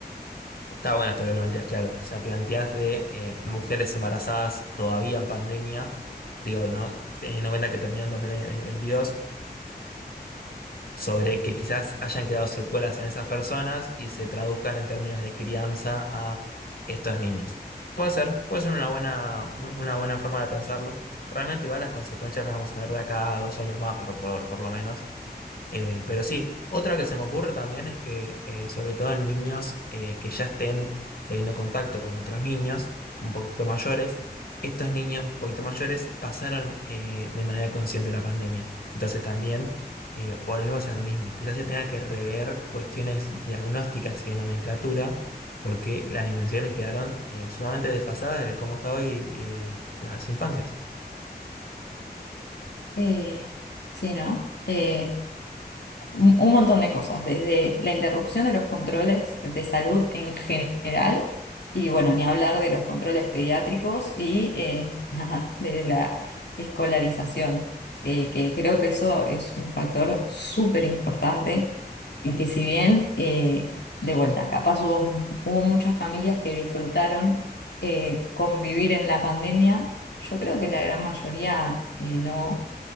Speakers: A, on the left (about 60°); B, on the left (about 80°).
A: Está bueno esto que planteas, claro. O sea, planteas de eh, mujeres embarazadas todavía en pandemia, digo, ¿no? Teniendo en cuenta que terminó en 2022, sobre que quizás hayan quedado secuelas en esas personas y se traduzcan en términos de crianza a estos niños. Puede ser, puede ser una buena, una buena forma de pensarlo. Realmente igual las consecuencias las vamos a ver de acá a dos años más, por, por, por lo menos. Eh, pero sí, otra que se me ocurre también es que, eh, sobre todo en niños eh, que ya estén teniendo contacto con otros niños un poquito mayores, estos niños un poquito mayores pasaron eh, de manera consciente la pandemia. Entonces también eh, volvemos a lo mismo. Quizás se tenga que rever cuestiones diagnósticas y de nomenclatura, porque las dimensiones quedaron eh, sumamente desfasadas de cómo está hoy eh, las infancias.
B: Eh, sí, ¿no? Eh, un un montón de cosas, desde la interrupción de los controles de salud en general, y bueno, ni hablar de los controles pediátricos y eh, <laughs> nada, de la escolarización, eh, que creo que eso es un factor súper importante y que si bien, eh, de vuelta, capaz hubo, hubo muchas familias que disfrutaron eh, convivir en la pandemia, yo creo que la gran mayoría eh, no.